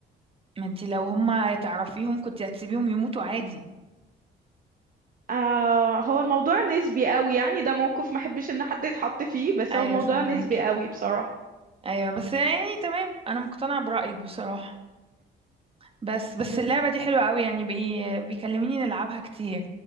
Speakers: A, on the right; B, on the right.
A: ما انت لو هما تعرفيهم كنت هتسيبيهم يموتوا عادي
B: آه هو الموضوع نسبي قوي يعني ده موقف ما احبش ان حد يتحط فيه بس
A: ايوه
B: هو الموضوع
A: فاهماكي
B: نسبي قوي بصراحة
A: ايوه بس يعني تمام انا مقتنعة برأيك بصراحة بس بس
B: بس
A: اللعبة دي حلوة قوي يعني بي... بيكلميني نلعبها كتير